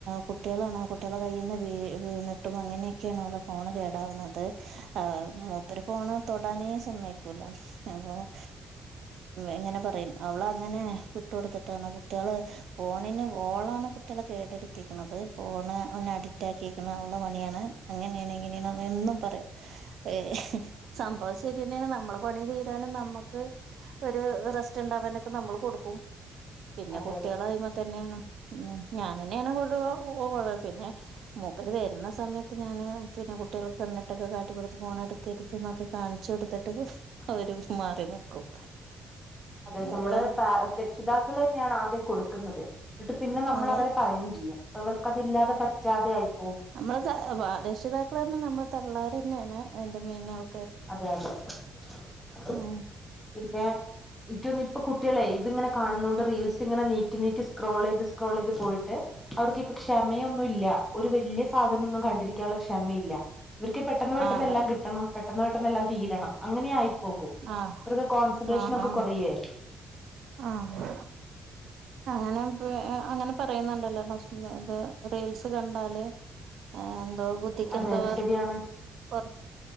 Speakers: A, on the right; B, in the centre.
A: കുട്ടികളാണ് കുട്ടികളുടെ കൈയിൽ നിന്ന് വീ വീണിട്ടും അങ്ങനെക്കെയാണ് നമ്മടെ ഫോണ് കേടാവുന്നത് ആ മൂപ്പര് ഫോണ് തൊടാനേ സമ്മയ്ക്കൂല അപ്പൊ- ഇങ്ങനെ പറയും അവള് അങ്ങനെ വിട്ട്കൊടുത്തിട്ടാണ് കുട്ടികള്- ഫോണിന് ഓളാണ് കുട്ടികളെ ഏറ്റെടുത്തേക്കാണത് ഫോണ് അഡിറ്റാക്കിയേക്കണേ ഓളെ പണിയാണ് അങ്ങനെയാണ് ഇങ്ങനെയാണ് എന്നും പറയും ഏ സംഭവം ശരിയെന്നെയാണ് നമ്മളെ പണി തീരാനും നമ്മക്ക്- ക്ക് ഒര് റെസ്റ്റ് ഇണ്ടാവാനെക്കെ നമ്മള് കൊടുക്കും പിന്നെ
B: അതെ
A: കുട്ടികള്
B: അതെ
A: അയ്മ തന്നെണ് ഉം ഞാൻ തന്നെയാണ് ഫുള്ള് കൊടുകൊ പിന്നെ- മൂപ്പര് വരുന്ന സമയത്ത് ഞാന് പിന്നെ കുട്ടികൾക്ക് എണ്ണ <unintelligible> ട്ടൊക്കെ കാട്ടി കൊടുത്ത് ഫോണടു ക്കരുത്ത് <unintelligible> ന്നൊക്കെ കാണിച്ചു കൊടുത്തിട്ട് അവര് മാറി നിക്കും
B: അത്
A: അവര്
B: നമ്മള് പാ രക്ഷിതാക്കളന്നെയാണ് ആദ്യം കൊടുക്കുന്നത് എന്നിട്ട് പിന്നെ നമ്മള്
A: അതെ
B: അവരെ പറയും ചെയ്യും അവർക്ക് യിതില്ലാതെ പറ്റാതായിപ്പോവും
A: നമ്മളാ രക്ഷിതാക്കളാണ് നമ്മടെ തള്ളമാര് തന്നെയാണ് അതിന്റെ മെയിൻ ആള്
B: അതെ അതെ
A: ഉം
B: പിന്നെ ഇനിക്കോന്ന് ഇപ്പൊ കുട്ട്യോളെ ഇത്ങ്ങനെ കാണുന്നേണ്ട് റീൽസ് ഇങ്ങനെ നീക്കി നീക്കി സ്ക്രോളയ്ത് സ്ക്രോളയ്ത് പോയി ട്ട് അവർക്ക്പ്പൊ ക്ഷമയൊന്നുല്ല ഒരു വല്ല്യ സാധനന്നും കണ്ടിരിക്കാനുള്ള ക്ഷമയില്ല ഇവര്ക്ക് പെട്ടെന്ന് പെട്ടന്ന്
A: ആഹ് അതെ
B: എല്ലാം കിട്ടണം പെട്ടെന്ന് പെട്ടെന്നല്ലാം തീരണം അങ്ങനായി പോകൂ
A: ആഹ്
B: ഇവര്ക്ക് കോൺസെൻട്രേഷനക്കെ
A: ആഹ് ആഹ്
B: കൊറയേ
A: ആഹ് അങ്ങനെപ്പ അങ്ങനെ പറയുന്നുണ്ടല്ലോ റീൽസ് കണ്ടാല് ആഹ് ഏന്തേ ബുദ്ധിക്കെന്തേ
B: അതെ അതെ ശരിയാണ്
A: കൊറ്